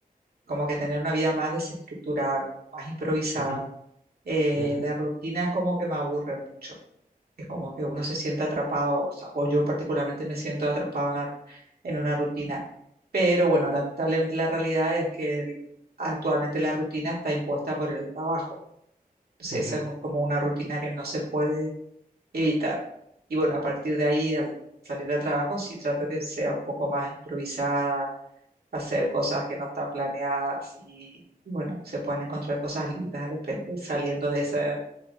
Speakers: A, on the right; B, on the right.
A: como que tener una vida más desestructurada, más improvisada.
B: Ujú,
A: Eh,
B: ujú,
A: la rutina es como que me aburre mucho, es como que uno se siente atrapado, o sea, o yo particularmente me siento atrapado en la- en una rutina. Pero bueno, lamentablemente la realidad es que el- actualmente la rutina está impuesta por el trabajo. Entonces,
B: ujú.
A: esa es un- como una rutina que no se puede evitar. Y bueno, a partir de ahí, al salir de trabajo, sí trato que sea un poco más improvisada, hacer cosas que no están planeadas y, y bueno, se pueden encontrar cosas lindas de repente saliendo de esa,